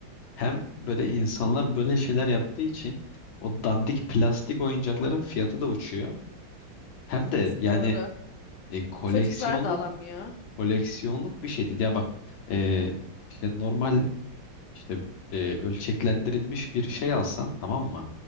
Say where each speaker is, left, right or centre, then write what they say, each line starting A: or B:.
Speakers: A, on the left; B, on the left.
A: hem böyle insanlar böyle şeyler yaptığı için o dandik plastik oyuncakların fiyatı da uçuyor. Hem de yani
B: Doğru.
A: e, koleksiyonluk
B: Çocuklar da alamıyor.
A: koleksiyonluk bir şey değil. Ya bak e, işte normal İşte e, ölçeklendirilmiş bir şey alsan tamam mı?